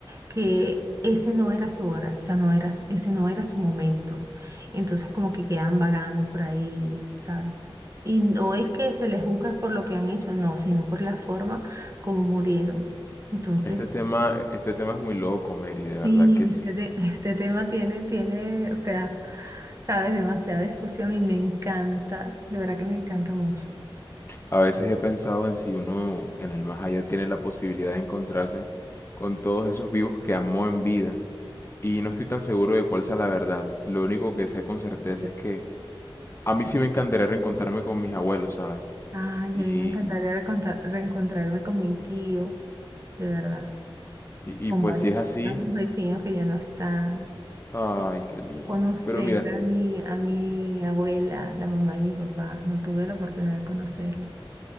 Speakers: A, on the right; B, on the left.
A: que ese no era su hora, esa no era, su- ese no era su momento. Entonces como que quedan vagando por ahí, ¿sabes? Y no es que se les juzga por lo que han hecho, no, sino por la forma como murieron. Entonces,
B: Este tema, este tema es muy loco, Mary, de
A: sí,
B: verdad que sí.
A: este, te- <laughs> este tema tiene, tiene, o sea, sabes, demasiada discusión y me encanta, de verdad que me encanta mucho.
B: A veces he pensado en si uno en el más allá tiene la posibilidad de encontrarse con todos esos vivos que amó en vida. Y no estoy tan seguro de cuál sea la verdad. Lo único que sé con certeza
A: Yo-
B: es que a mí sí me encantaría reencontrarme con mis abuelos, ¿sabes?
A: Ay,
B: Y,
A: a mí me encantaría recontra- reencontrarme con mi tío de verdad,
B: y,
A: con
B: y pues
A: varios,
B: si es así,
A: varios vecinos que ya no están.
B: ay, qué lindo.
A: Conocer
B: Pero mira,
A: a mi, a mi abuela, la mamá de mi papá, no tuve la oportunidad de conocerla.